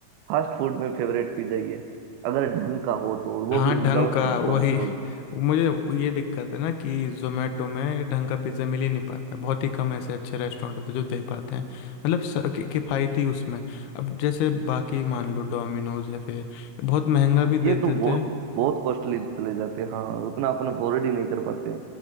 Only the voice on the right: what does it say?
फास्ट फूड में फेवरेट पिज्जा ही है अगर ढंग का हो तो और
वो भी विदाउट
डोमिनोज
ये
तो बहुत
बहुत कॉस्टली चले जाते हैं हाँ उतना अपन अफोर्ड ही नहीं कर पाते